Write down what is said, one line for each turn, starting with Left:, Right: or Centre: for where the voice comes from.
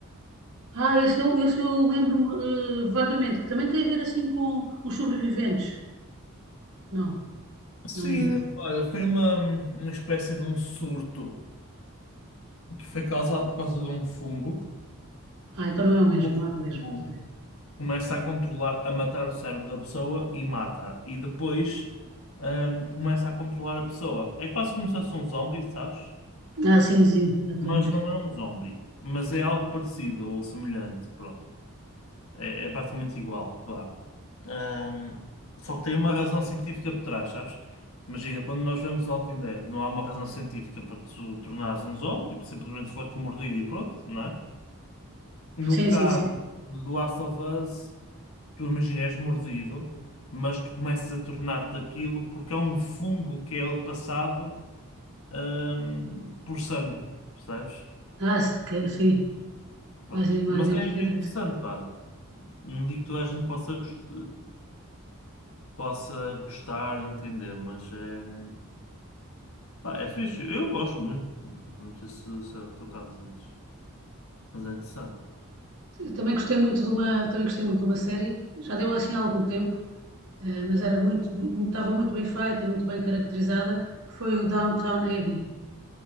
Right: Ah, esse eu, esse eu lembro-me eh, vagamente, que também tem a ver assim com os sobreviventes. Não,
Left: Sim,
Right: não é esse.
Left: olha, foi uma, uma espécie de um surto que foi causado por causa de um fungo.
Right: Ah, então não é o mesmo,
Left: O
Right: não é o
Left: fungo
Right: mesmo. sim.
Left: começa a controlar, a matar o cérebro da pessoa e mata. E depois hum, começa a controlar a pessoa. É quase como se fosse um zombie, sabes?
Right: Ah, sim, sim, já estou
Left: Mas
Right: a ver.
Left: não é um zombie. Mas é algo parecido ou semelhante. Pronto. É, é praticamente igual, vá. Ahm, só que tem uma razão científica por trás, sabes? Imagina, quando nós vemos Walking Dead, não há uma razão científica para tu tornares um zombie, simplesmente foste mordido e pronto, não é? No
Right: Sim,
Left: caso
Right: sim, sim.
Left: do Last of Us, tu imagina, és mordido, mas tu começas a tornar-te aquilo porque é um fungo que é ele passado, ahm, por sangue, percebes?
Right: Ah, se ca- sim,
Left: Pronto.
Right: mais, mais
Left: Mas
Right: impressionante.
Left: é, é interessante, pá. Não digo que toda a gente possa gostar possa gostar, entender, mas é. Pá, é fixe. Eu gosto muito. Não sei se, se é o teu caso, mas, mas é interessante.
Right: Eu também gostei muito de uma, também gostei muito de uma série, já deu assim há algum tempo, eh, mas era muito, muito, estava muito bem feita, muito bem caracterizada, foi o Downtown Abbey.